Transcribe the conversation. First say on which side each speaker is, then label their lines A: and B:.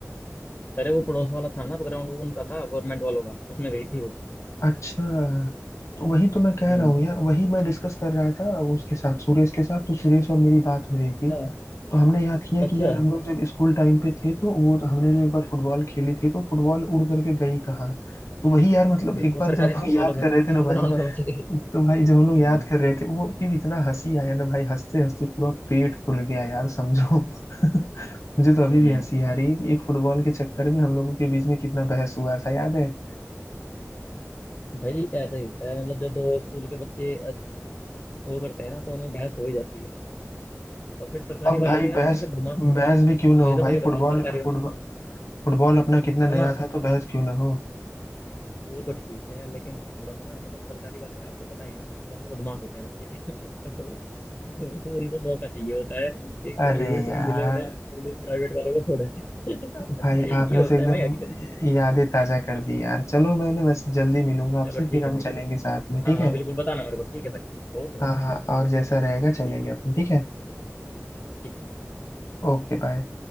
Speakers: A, on the left; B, on the left.
A: अरे वो पड़ोस वाला था ना ग्राउंड वो उनका था गवर्नमेंट वालों का उसमें गई थी वो
B: अच्छा तो वही तो मैं कह
A: हम्म
B: रहा हूँ यार वही मैं डिस्कस कर रहा था उसके साथ सुरेश के साथ तो सुरेश और मेरी बात हो रही थी
A: हाँ
B: तो हमने याद किया
A: अच्छा
B: कि यार हम लोग जब स्कूल टाइम पे थे तो वो तो हमने जो एक बार फुटबॉल खेली थी तो फुटबॉल उड़ करके गई कहाँ तो वही यार मतलब
A: हम्म,
B: एक
A: वो
B: बार
A: सरकारी
B: जब हम
A: स्कूल
B: लोग याद
A: वालों के
B: कर रहे थे ना
A: <laughs>
B: भाई
A: ग्राउंड में बच्चे दिखे थे
B: तो भाई जब हम लोग याद
A: हम्म
B: कर रहे थे वो फिर इतना हंसी आया ना भाई हंसते हंसते पूरा पेट फूल गया यार समझो <laughs> मुझे तो अभी
A: हम्म
B: भी हंसी आ रही है कि एक फुटबॉल के चक्कर में हम लोगों के बीच में कितना बहस हुआ था याद है
A: भाई ऐसा ही होता है मतलब जब दो स्कूल के बच्चे वो करते हैं ना तो उनमें बहस हो ही जाती है और फिर सरकारी
B: अब
A: वाले
B: भाई
A: तो यार
B: बहस
A: थोड़े से बदमाश होते
B: बहस
A: हैं ना
B: भी क्यों
A: मुझे
B: ना हो
A: तो भैया
B: भाई फुटबॉल
A: बताया सरकारी वाले
B: फुटबॉल
A: थोड़े
B: फुटबॉल अपना कितना
A: ना
B: नया
A: ना
B: था तो बहस क्यों ना हो
A: वो तो ठीक है लेकिन थोड़ा सा ना मतलब सरकारी वाले आपको पता है ना ये थोड़ा सा बदमाश होते हैं बच्चे <laughs> तो वो उनको मौका चाहिए होता है कि
B: अरे
A: कभी भी कोई
B: यार
A: मिले उन्हें और वो प्राइवेट वालों को फोड़े <laughs>
B: भाई आपने
A: ये होता
B: तो एकदम
A: है भाई हकीकत में
B: यादें ताजा कर दी यार चलो मैं ना वैसे जल्दी मिलूंगा आपसे
A: चलो ठीक
B: फिर हम
A: है भाई
B: चलेंगे साथ में ठीक
A: हाँ हाँ
B: है
A: बिल्कुल बताना मेरे को ठीक है भाई ओके भाई
B: हाँ हाँ और जैसा रहेगा चलेंगे
A: ठीक है
B: अपन ठीक है
A: ठीक है।
B: Okay bye